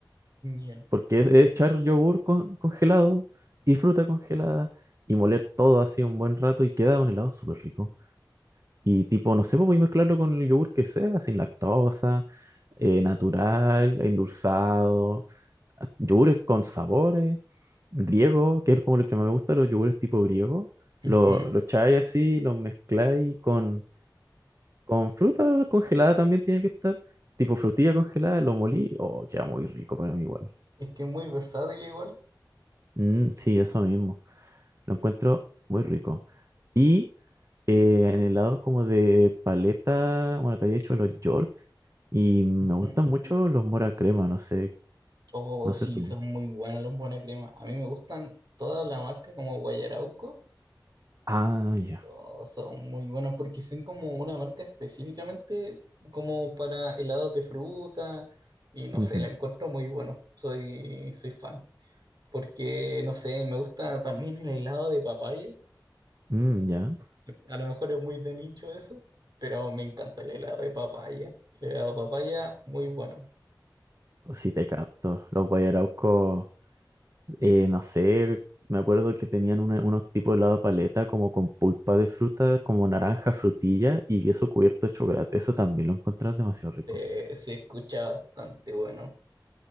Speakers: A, on the right; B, on the right.
A: Ya.
B: Porque es, es echar yogur con- congelado y fruta congelada y moler todo así un buen rato y queda un helado súper rico. Y tipo, no sé, pues voy a mezclarlo con el yogur que sea, sin lactosa, eh, natural, endulzado. yogures con sabores, griegos, que es como lo que más me gusta, los yogures tipo griego. Lo,
A: Ujú.
B: lo echáis así, los mezcláis con, con fruta congelada también tiene que estar, tipo frutilla congelada, lo molí, oh, queda muy rico para mí igual.
A: Es que es muy versátil igual.
B: Mm, sí, eso mismo, lo encuentro muy rico. Y eh, en helado como de paleta, bueno, te había dicho los York, y me
A: Ujú.
B: gustan mucho los mora crema, no sé,
A: Oh,
B: no
A: sí,
B: sé tú.
A: son muy buenos los buena crema. A mí me gustan toda la marca como Guayarauco.
B: Ah, ya.
A: Oh, son muy buenos porque son como una marca específicamente como para helados de fruta y no
B: ujú,
A: sé, la encuentro muy bueno. Soy, soy fan. Porque, no sé, me gusta también el helado de papaya.
B: mm, ya.
A: A lo mejor es muy de nicho eso, pero me encanta el helado de papaya. El helado de papaya, muy bueno.
B: si te capto. Los guayaraucos, eh, no sé, me acuerdo que tenían una- unos tipos de helado de paleta como con pulpa de fruta, como naranja, frutilla y queso cubierto de chocolate. Eso también lo encontrás demasiado rico.
A: Se, se escucha bastante bueno.